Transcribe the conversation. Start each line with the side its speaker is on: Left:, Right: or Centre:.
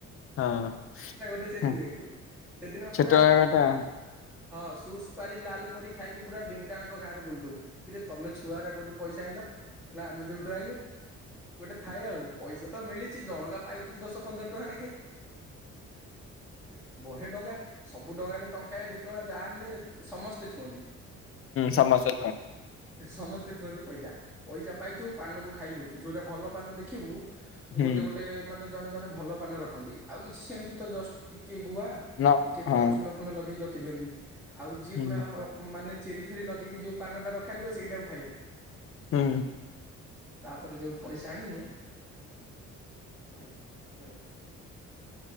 Left: ହଁ
Centre: ଏଟା ଗୋଟେ ସେମତି
Left: ହୁଁ
Centre: ହୁଏ ସେଦିନ
Left: ଛୋଟ
Centre: ପୁରା
Left: ଏବାଟା
Centre: ହଁ ସୁଟସ୍ ପାରି ଲାଲ ପରି ଖାଇକି ପୁରା ଦିନିଟା ଆଙ୍କ ଗାଁରେ ବୁଲୁଥବୁ କିରେ ତମେ ଛୁଆ ଗୁରା କୋଉଠୁ ପଇସା ଆଇଁଲ? ନା ଆମେ ଯୋଉଠୁ ଆଇଁଲୁ ଗୋଟେ ଥାଏ ଆଉ ପଇସା ସେ ତ ମିଳିଛି ଜଣଙ୍କା ପାଇଥିବୁ ଦଶ ପନ୍ଦର ଟଙ୍କା ନେଖାଏଁ <inaudible> ବହେ ଡଙ୍ଗା ସବୁ ଡଙ୍ଗାରେ ଟଙ୍କାଏ ଦି ଟଙ୍କା ଯାହା ହେଲେ ସମସ୍ତେ ଥୁଅନ୍ତି।
Left: ସମସ୍ତେ
Centre: ସମସ୍ତେ ଥୁଅନ୍ତି ପଇସା ପଇସା ପାଇଥିବୁ ପାନକୁ ଖାଇଦବୁ ଯୋଉଁରା ଭଲ ପାନ ଦେଖିବୁ
Left: ହୁଁ
Centre: ଗୋଟେ ଗୋଟେ ମାନେ ଜଣେ ଜଣେ ଭଲ ପାନ ର ଖନ୍ତି ଆଉ କିଛି ସେମତି ତ ଜଷ୍ଟ ଟି ଟିକେ ଗୁଆ
Left: ନ
Centre: ଟିକେ
Left: ହଁ
Centre: କଣ ଚୁନ ଫୁନ ଲଗେଇ ର ରଖି ଦିଅନ୍ତି ଆଉ ଯିଏ
Left: ହୁଁ
Centre: ପୁରା ମାନେ ଚେରି ଫିରି ଲଗେଇକି ଯେଉ ପାନଟା ରଖାହେଇଥିବ ସେଇଟାକୁ ଖାଇବୁ।
Left: ହୁଁ
Centre: ତାପରେ ଯୋଉ ପଇସା ଆଣିବୁ ଭାଇ ପ୍ର <inaudible>